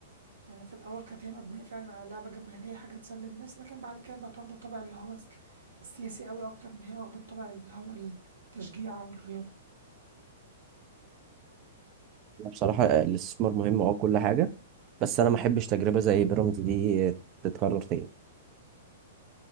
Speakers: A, on the right (about 70°); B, on the right (about 35°).
A: يعني في الأول كانت هي مبنية فعلا على لعبة جماهيرية حاجة تسلي الناس لكن بعد كده بقت واخدة الطابع اللي هو الس- السياسي أوي أكتر ما هي واخدة الطابع اللي هو التشجيع أو الرياضة
B: بصراحة الاستثمار مهم أه كل حاجة بس أنا ما أحبش تجربة زي بيراميدز دي تتكرر تاني